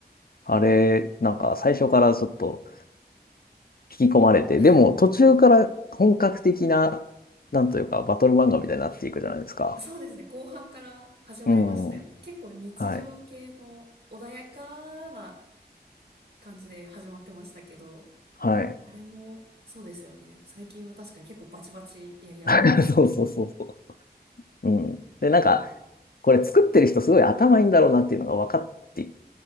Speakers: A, on the left; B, on the right.
A: あれ、なんか最初からちょっと引き込まれて、
B: はい。
A: でも途中から本格的な、なんというか、バトル漫画みたいになっていくじゃないですか。
B: そうですね。後半から始まりましたよね。
A: うん。
B: 結構日常系の穏やかな
A: はい。
B: 感じで始まってましたけど、
A: はい。
B: あれもそうですよね。最近は確かに結構バチバチやり合ってますよね。
A: <laughs> そうそうそうそう。うん。で、なんか、これ作ってる人すごい頭いいんだろうなっていうのが分かって、